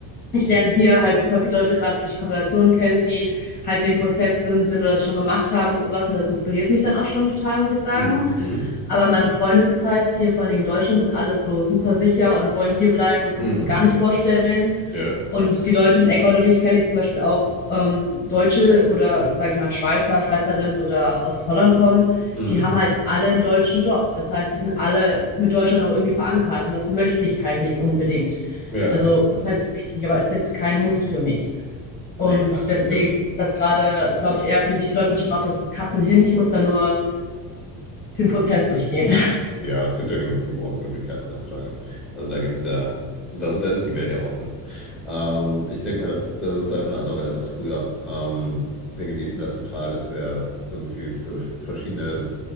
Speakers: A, on the left; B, in the centre.
A: ich lerne hier halt super viele Leute gerade durch Konversationen kennen, die halt den Prozess drin sind oder das schon gemacht haben und sowas. Und das inspiriert mich dann auch schon total, muss ich sagen.
B: Mhm. Mhm.
A: Aber in meinem Freundeskreis hier, vor allen Dingen in Deutschland, sind alle so super sicher und wollen hier bleiben und
B: Mhm.
A: kannst dir das gar
B: Mhm.
A: nicht vorstellen.
B: Ja.
A: Und die Leute in Ecuador, die ich kenne, die zum Beispiel auch ähm, Deutsche oder, sag ich mal, Schweizer, Schweizerinnen oder aus Holland kommen,
B: Mhm.
A: die haben halt alle einen deutschen Job. Das heißt, die sind alle mit Deutschland noch irgendwie verankert. Und das möchte ich halt nicht unbedingt.
B: Ja.
A: Also, was heißt wichtig, aber ist jetzt kein Muss für mich. Und
B: Na ja, es
A: deswegen
B: gibt ja
A: ist das gerade, glaube ich, eher für mich, die Leute schon auf das Cutten hin. Ich muss da nur den Prozess durchgehen. <laughs>
B: Ja, es gibt ja genug Remote-Möglichkeiten heutzutage. Also da gibt's ja, das, da ist die Welt ja offen. Ähm, ich denke mal, das ist einfach eine andere Welt als früher. Ähm, wir genießen das total, dass wir irgendwie für verschiedene